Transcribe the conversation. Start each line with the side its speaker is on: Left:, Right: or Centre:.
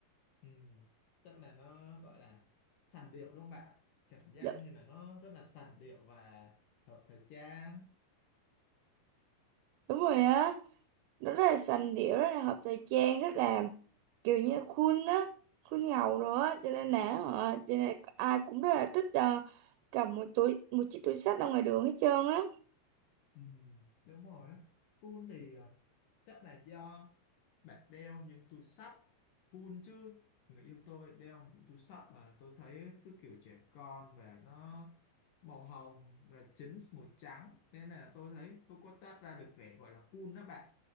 Left: Ừ. Tức là nó gọi là sành điệu đúng không bạn? Cảm giác
Right: Đ-
Left: như là nó rất là sành điệu và hợp thời trang.
Right: Đúng rồi á. Nó rất là sành điệu, rất là hợp thời trang, rất là kiểu như khuôn á, khuôn ngầu rồi á, cho nên là ờ, cho nên ai cũng rất là thích ờ, cầm một túi một chiếc túi xách ra ngoài đường hết trơn á.
Left: Ừ. Đúng rồi á. Cool thì à, chắc là do bạn đeo những túi xách cool chứ. Người yêu tôi đeo một túi xách mà tôi thấy cứ kiểu trẻ con và nó màu hồng là chính màu trắng nên là tôi thấy không có toát ra được vẻ gọi là cool đó bạn.